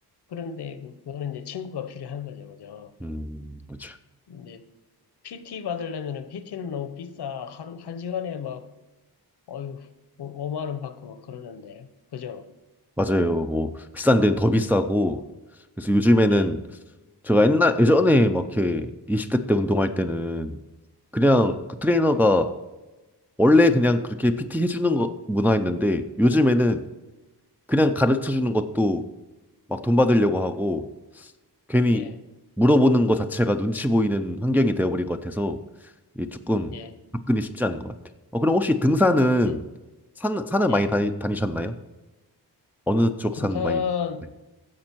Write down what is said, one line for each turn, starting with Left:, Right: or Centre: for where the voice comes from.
Left: 그런데 그- 그거는 이제 친구가 필요한 거죠. 그죠?
Centre: 음, 그렇죠.
Left: 근데 PT 받으려면은 PT는 너무 비싸. 하루, 한 시간에 막, 어휴, 5만 원 받고 막 그러던데. 그죠?
Centre: 맞아요. 뭐 비싼 데는 더 비싸고
Left: 예,
Centre: 그래서 요즘에는
Left: 예,
Centre: 제가 옛날 예전에 막 이렇게 20대 때 운동할 때는 그냥 그 트레이너가
Left: 예,
Centre: 원래 그냥 그렇게 PT 해주는 거, 문화였는데 요즘에는 그냥 가르쳐 주는 것도 막 돈 받으려고 하고 괜히
Left: 예,
Centre: 물어보는 거 자체가 눈치 보이는 환경이 되어버린 것 같아서 이게 조금
Left: 예,
Centre: 접근이 쉽지 않은 것 같아요. 어, 그럼 혹시 등산은
Left: 예,
Centre: 산, 산을
Left: 예.
Centre: 많이 다니, 다니셨나요? 어느 쪽
Left: 등산,
Centre: 산 많이? 네.